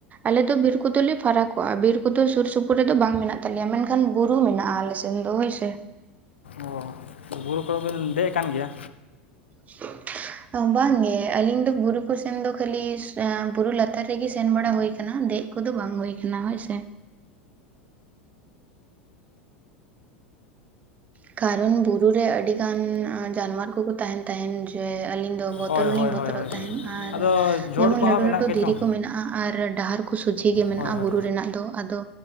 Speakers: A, on the right; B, on the left.
A: ᱟᱞᱮ ᱫᱚ ᱵᱤᱨ ᱠᱚᱫᱚᱞᱮ ᱯᱷᱟᱨᱟᱠ ᱚᱜᱼᱟ, ᱵᱤᱨ ᱠᱚᱫᱚ ᱥᱩᱨ ᱥᱩᱯᱩᱨ ᱨᱮᱫᱚ ᱵᱟᱝ ᱢᱮᱱᱟᱜ ᱛᱟᱞᱮᱭᱟ, ᱢᱮᱱᱠᱷᱟᱱ ᱵᱩᱨᱩ ᱢᱮᱱᱟᱜᱼᱟ ᱟᱞᱮ ᱥᱮᱫ᱾ ᱦᱚᱭ ᱥᱮ᱾
B: ᱚ ᱵᱩᱨᱩ ᱠᱚᱨᱮᱵᱤᱱ ᱫᱮᱡ ᱟᱠᱟᱱ ᱜᱮᱭᱟ?
A: <unintelligible> ᱵᱟᱝᱜᱮ ᱟᱹᱞᱤᱧ ᱫᱚ ᱵᱩᱨᱩ ᱠᱚᱥᱮᱱ ᱫᱚ ᱠᱷᱟᱹᱞᱤ ᱵᱩᱨᱩ ᱞᱟᱛᱟᱨ ᱨᱮᱜᱮ ᱥᱮᱱ ᱵᱟᱲᱟ ᱦᱩᱭᱠᱟᱱᱟ ᱫᱮᱡ ᱠᱚᱫᱚ ᱵᱟᱝ ᱦᱩᱭ ᱟᱠᱟᱱᱟ ᱦᱳᱭ ᱥᱮ᱾ ᱠᱟᱨᱚᱱ ᱵᱩᱨᱩ ᱨᱮ ᱟᱹᱰᱤᱜᱟᱱ ᱡᱟᱱᱚᱣᱟᱨ ᱠᱚᱠᱚ ᱛᱟᱦᱮᱱ ᱛᱟᱦᱮᱱ ᱡᱮ ᱟᱹᱞᱤᱧ ᱟᱞᱤᱧ ᱫᱚ ᱵᱚᱛᱚᱨ
B: ᱦᱳᱭ
A: ᱦᱚᱸᱞᱤᱧ
B: ᱦᱳᱭ
A: ᱵᱚᱛᱚᱨᱚᱜ
B: ᱦᱳᱭ ᱦᱳᱭ
A: ᱛᱟᱦᱮᱸᱫ ᱟᱨ
B: ᱟᱫᱚ ᱡᱷᱳᱲ
A: ᱡᱮᱢᱚᱱ
B: ᱠᱚᱦᱚᱸ
A: ᱞᱟᱹᱴᱩ
B: ᱢᱮᱱᱟᱜ
A: ᱞᱟᱹᱴᱩ
B: ᱜᱮᱪᱚᱝ
A: ᱫᱷᱤᱨᱤ ᱠᱚ ᱢᱮᱱᱟᱜᱼᱟ᱾ ᱟᱨ ᱰᱟᱦᱟᱨ ᱠᱚ ᱥᱚᱡᱷᱮ ᱜᱮ ᱢᱮᱱᱟᱜᱼᱟ
B: ᱦᱳᱭ ᱦᱳᱭ
A: ᱵᱩᱨᱩ ᱨᱮᱱᱟᱜ ᱫᱚ ᱟᱫᱚ᱾